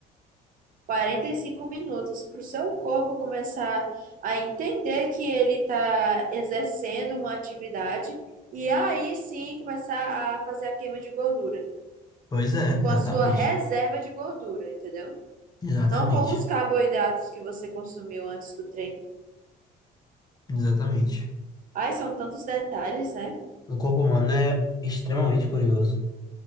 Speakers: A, on the right (about 55°); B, on the left (about 25°).
A: quarenta e cinco minutos para o seu corpo começar a entender que ele está exercendo uma atividade e aí sim começar a fazer a queima de gordura
B: Pois é,
A: com
B: exatamente.
A: a sua reserva de gordura, entendeu?
B: Exatamente.
A: Não com os carboidratos que você consumiu antes do treino.
B: Exatamente.
A: Ai, são tantos detalhes, né?
B: O corpo humano é extremamente curioso.